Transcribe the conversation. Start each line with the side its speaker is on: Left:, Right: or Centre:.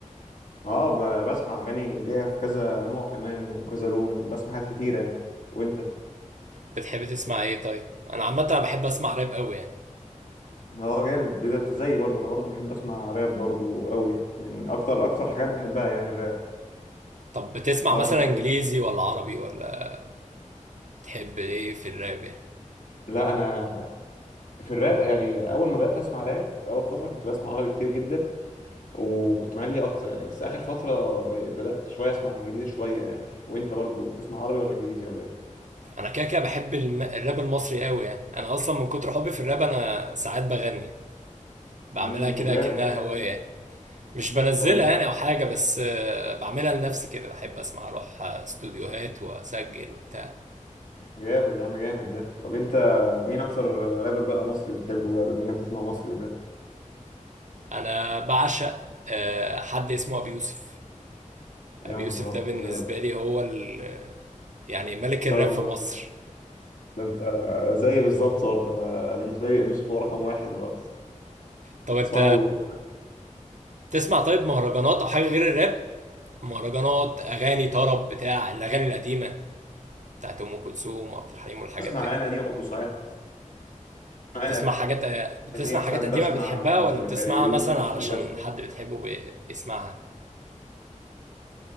Left: اه ب- بسمع اغاني ليها في كذا نوع كمان وكذا لون بسمع حاجات كتيرة يعني وانت
Right: بتحب تسمع ايه طيب انا عامه انا بحب اسمع راب قوي يعني
Left: اه جامد ايه ده انت زيي برضه انا برضه بحب اسمع راب برضه قوي من اكتر اكتر حاجات بحبها يعني الراب
Right: طب بتسمع
Left: حوار
Right: مثلا انجليزي
Left: حلو
Right: ولا عربي ولا بتحب ايه في الراب يعني
Left: لا انا في الراب يعني اول ما بدات اسمع راب اول فتره كنت بسمع عربي كتير جدا وكنت مالي اكتر يعني بس اخر فتره ب- بدات شويه اسمع انجليزي شويه يعني وانت برضه بتسمع عربي ولا انجليزي ولا ايه
Right: انا كده كده بحب الم... الراب المصري قوي يعني انا اصلا من كتر حبي في الراب انا ساعات بغني يعني. بعملها
Left: امم
Right: كده
Left: طب جامد
Right: كأنها
Left: ده حلو
Right: هوايه
Left: ده
Right: يعني. مش بنزلها
Left: طب انت
Right: يعني او حاجه بس آه، بعملها لنفسي كده بحب اسمع اروح آه، استوديوهات واسجل وبتاع
Left: جامد يا عم جامد ده طب انت مين اكتر رابر بقى مصري بتحبه بقى بما انك بتسمع مصري وكده
Right: انا بعشق آه، حد اسمه ابي يوسف
Left: يا
Right: ابي
Left: نهار
Right: يوسف ده بالنسبه
Left: ابيض
Right: لي هو ال- يعني ملك
Left: طبعا
Right: الراب في مصر
Left: ده انت زي بالظبط برضه انا بالنسبه لي ابي يوسف هو رقم واحد برضه
Right: طب انت
Left: بسمع له كل
Right: تسمع طيب مهرجانات او حاجه غير الراب مهرجانات اغاني طرب بتاع الاغاني القديمه بتاعت ام كلثوم وعبد الحليم والحاجات
Left: بسمع
Right: دي
Left: اغاني قديمه برضه ساعات اغاني
Right: بتسمع حاجات آه، بتسمع
Left: قديمه
Right: حاجات
Left: ساعات بسمع
Right: قديمه بتحبها ولا
Left: لفيروز
Right: بتسمعها مثلا علشان
Left: وبسمع
Right: حد بتحبه بي- بيسمعها